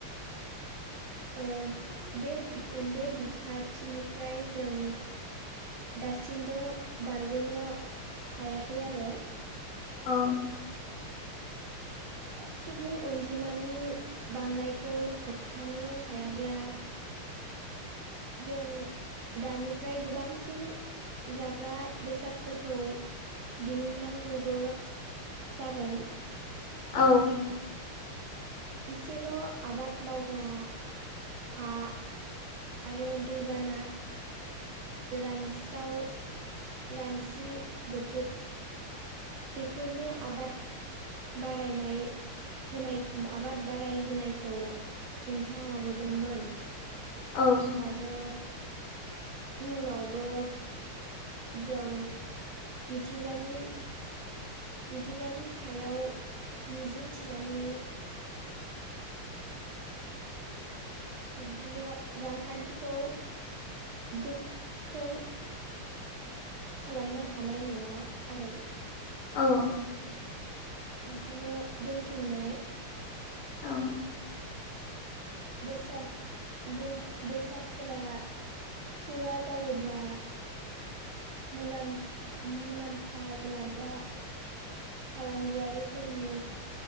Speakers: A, on the right; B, on the left.
A: ओ बे बि बे बिथाथिनिफ्राय जों दासिमबो बारग'नो हायाखै आरो
B: औ
A: <unintelligible> सुबुं अनजिमानि बांनायखौ होबथानो हायाब्ला जों दानिफ्राय गोबांसिन जाग्रा बेसादफोरखौ दिहुननांगौबो, जागोन
B: औ
A: इसेल' आबाद मावग्रा हा, आरो दैबाना रानस्राव, रानसि बोथोर बेफोरनो आबाद बारायनाय होनाय आबाद बाराय होनायखौ, हेंथा लाबोदोंमोन
B: औ
A: आरो इयुनावबो जों मिथिंगानि मिथिंगानि सायाव मिजिं थिनानै, बिब्दिनो रांखान्थिखौ, गोख्रों खालामनो हानाय नङा आरो
B: औ
A: बिब्दिनो दोनथुमनाय,
B: औ
A: बेसाद दोन बेसादफोरा थोवा जायोब्ला, मुलाम फा मुलाम्फा लाग्रा, फालांगियारिफोरनि